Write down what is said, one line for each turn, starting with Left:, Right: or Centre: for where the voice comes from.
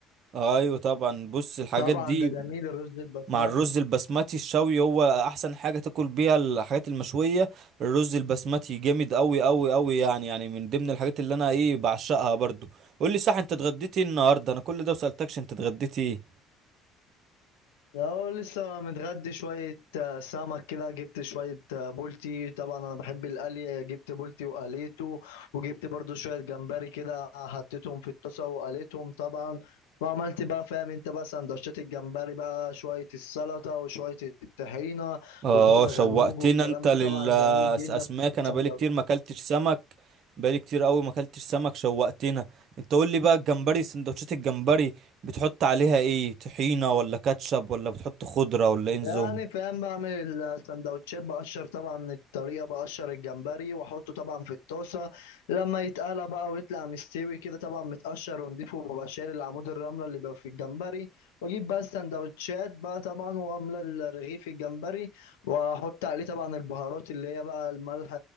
Right: ايوه طبعا بص الحاجات
Left: طبعا
Right: دي
Left: ده جميل الرز البسمتي
Right: مع الرز البسمتي الشوي هو احسن حاجه تاكل بيها الحاجات المشويه الرز البسمتي جامد قوي قوي قوي يعني يعني من ضمن الحاجات اللي انا ايه بعشقها برضو قول لي صح انت اتغديتي إيه النهارده انا كل ده وسالتكش انت اتغديتي ايه
Left: لو لسه متغدي شوية آه، سمك كده جبت شوية آه، بولتي طبعا أنا بحب القلي آه، جبت بولتي وقليته وجبت برضو شوية جمبري كده حطيتهم في الطاسة وقليتهم طبعا وعملت بقى فاهم انت بقى سندوتشات الجمبري بقى شوية السلطة وشوية الطحينة
Right: اه
Left: والبابا
Right: شوقتنا
Left: غنوج والكلام
Right: انت للاسماك
Left: ده طبعا جميل جدا في
Right: انا
Left: السندوتشات
Right: بقالي كتير ما اكلتش سمك بقالي كتير قوي ما اكلتش سمك شوقتنا انت قول لي بقى الجمبري سندوتشات الجمبري بتحط عليها ايه طحينه ولا كاتشب ولا بتحط خضره ولا ايه نظام
Left: يعني فاهم بعمل السندوتشات بقشر طبعا الطريقة بقشر الجمبري واحطه طبعا في الطاسة لما يتقلى بقى ويطلع مستوي كده طبعا متقشر ونضيفه وببقى شايل العمود الرملة اللي بيبقى في الجمبري واجيب بقى السندوتشات بقى طبعا واملى الرغيف الجمبري واحط عليه طبعا البهارات اللي هي بقى الملح